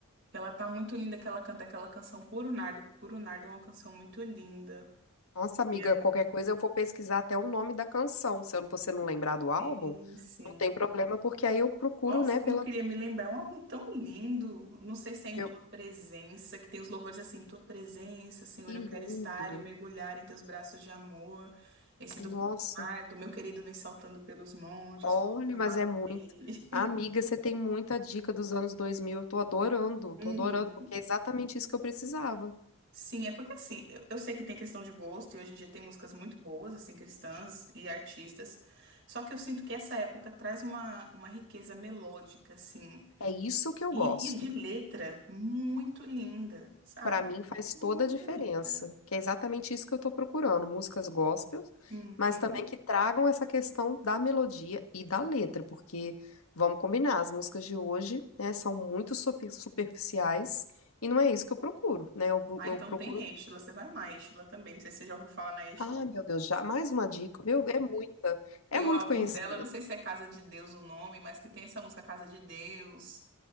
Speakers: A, on the right; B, on the left.
A: Ela tá muito linda que ela canta aquela canção Puro Nardo. Puro Nardo é uma canção muito linda.
B: Nossa, amiga,
A: E é-
B: qualquer coisa eu vou pesquisar até o nome da canção. Se eu- você não lembrar do álbum,
A: Sim, sim.
B: não tem problema, porque aí eu procuro,
A: Nossa,
B: né,
A: como
B: pela.
A: eu queria me lembrar. É um álbum tão lindo. Não sei se é em
B: Eu...
A: tua presença, que tem os louvores assim, tua presença, Senhor,
B: Que
A: eu
B: lindo!
A: quero estar e mergulhar em teus braços de amor. Esse do
B: Nossa,
A: Puro Nardo, meu querido vem saltando pelos montes,
B: olha,
A: foi chamado
B: mas é muito.
A: rei.
B: Amiga, você tem muita dica dos anos dois mil eu tô adorando,
A: <laughs>
B: tô
A: Uhum.
B: adorando, porque é exatamente isso que eu precisava.
A: Sim, é porque assim, eu, eu sei que tem questão de gosto e hoje em dia tem músicas muito boas, assim, cristãs e artistas. Só que eu sinto que essa época traz uma, uma riqueza melódica, assim,
B: É isso que eu
A: e,
B: gosto.
A: e de letra muito linda, sabe?
B: Pra mim faz
A: Muito
B: toda a diferença,
A: linda.
B: que é exatamente isso que eu tô procurando, músicas gospels,
A: Uhum.
B: mas também que tragam essa questão da melodia e da letra, porque vamos combinar, as músicas de hoje, né, são muito super- superficiais e não é isso que eu procuro, né? Eu, bu-
A: Ah,
B: eu
A: então
B: procuro,
A: tem Estela, você vai amar Estela também. Não sei se você já ouviu falar na Estela.
B: ah, meu Deus, já mais uma dica, meu, é muita,
A: Tem
B: é muito
A: um álbum
B: conhecimento.
A: dela, não sei se é Casa de Deus o nome, mas que tem essa música Casa de Deus.